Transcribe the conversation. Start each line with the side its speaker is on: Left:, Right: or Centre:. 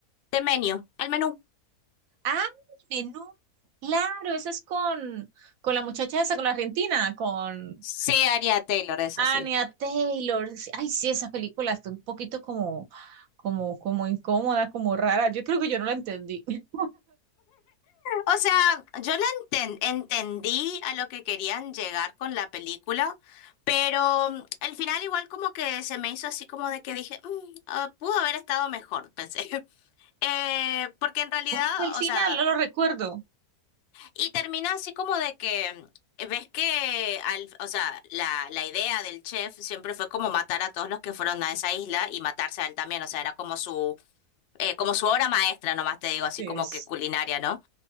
Left: Temenio, al menú.
Right: Ah, menú. Claro, esa es con, con la muchacha esa, con la argentina, con
Left: Sí, Aria Taylor, eso
Right: Anya
Left: sí.
Right: Taylor. Sí, Ay, sí, esa película está un poquito como, como, como incómoda, como rara. Yo creo que yo no la entendí. <laughs>
Left: O sea, yo la enten- entendí a lo que querían llegar con la película, pero mm, el final igual como que se me hizo así como de que dije, "Mm, ah, pudo haber estado mejor, pensé. <laughs> Eh, porque en realidad,
Right: ¿Cómo fue el final?
Left: o sea...
Right: No lo recuerdo.
Left: Y termina así como de que eh, ves que al, o sea, la, la idea del chef siempre fue como matar a todos los que fueron a esa isla y matarse a él también. O sea, era como su, eh, como su obra maestra, nomás te digo, así
Right: Sí,
Left: como
Right: es-
Left: que culinaria, ¿no?